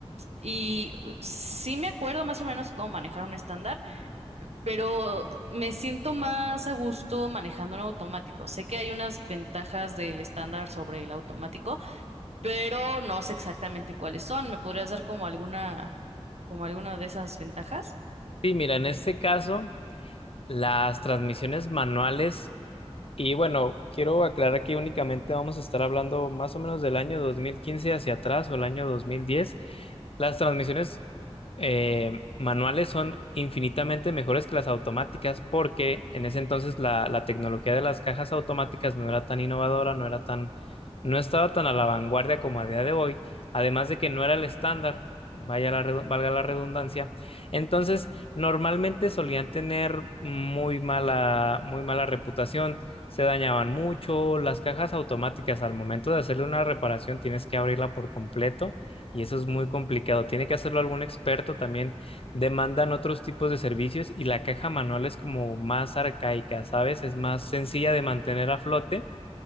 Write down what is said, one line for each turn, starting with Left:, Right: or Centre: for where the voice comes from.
Right: y uh, sí me acuerdo más o menos cómo manejar un estándar, pero me siento más a gusto manejando un automático. Sé que hay unas ventajas del estándar sobre el automático pero no sé exactamente cuáles son. ¿Me podrías dar como alguna, como alguna de esas ventajas?
Left: Sí, mira, en este caso, las transmisiones manuales Y bueno, quiero aclarar que únicamente vamos a estar hablando más o menos del año 2015 hacia atrás o el año dos mil diez Las transmisiones eh, manuales son infinitamente mejores que las automáticas porque en ese entonces la, la tecnología de las cajas automáticas no era tan innovadora, no era tan, no estaba tan a la vanguardia como a día de hoy, además de que no era el estándar, vaya la, redu- valga la redundancia. Entonces, normalmente solían tener muy mala, muy mala reputación se dañaban mucho. Las cajas automáticas, al momento de hacerle una reparación, tienes que abrirla por completo y eso es muy complicado. Tiene que hacerlo algún experto también. Demandan otros tipos de servicios y la caja manual es como más arcaica, ¿sabes? Es más sencilla de mantener a flote